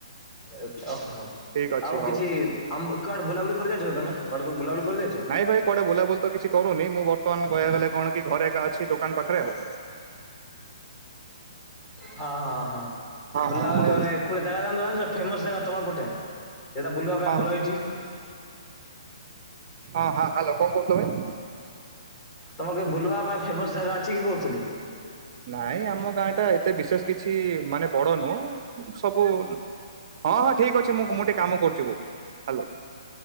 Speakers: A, on the left (about 20°); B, on the right (about 50°).
A: ଏ ଓ ହଉ
B: ଠିକ୍ ଅଛି
A: ଆଉ
B: ହଉ।
A: କିଛି ଆମ କୁଆଡେ ବୁଲାବୁଲି କରି ଯାଇଛ ତମେ କୁଆଡେ ବୁଲାବୁଲି କରିଯାଇଛ?
B: ନାଇଁ ଭାଇ କୁଆଡେ ବୁଲାବୁଲି ତ କିଛି କରୁନି ମୁଁ ବର୍ତ୍ତମାନ କହିବାକୁ ଗଲେ କଣ କି ଘରେ ଏକା ଅଛି ଦୋକାନ ପାଖରେ ଆଉ।
A: ହଁ ହଁ ହଁ। ବୁଲାବୁଲି
B: ହଁ ହଉ
A: ମାନେ କୋଟେ ଜାଗା ଯାଆନ୍ତୁ ଫେମସ ଜାଗା ତମର ପଟେ ସେଇଟା ବୁଲିବା ପାଇଁ
B: ହଁ
A: ଭଲ ହେଇଛି।
B: ହଁ ହଁ ହ୍ୟାଲୋ କଣ କହୁଥିଲ ଭାଇ?
A: ତମକେ ବୁଲବା ପାଇଁ ଫେମସ ଜାଗା ଅଛିକି କହୁଥିଲି।
B: ନାଇଁ ଆମ ଗାଁ ଟା ଏତେ ବିଶେଷ କିଛି ମାନେ ବଡ ନୁହଁ ସବୁ ହଁ ହଁ ଠିକ ଅଛି ମୁଁ ମୁଁ ଟିକେ କାମ କରୁଛି ଗୋ ହ୍ୟାଲୋ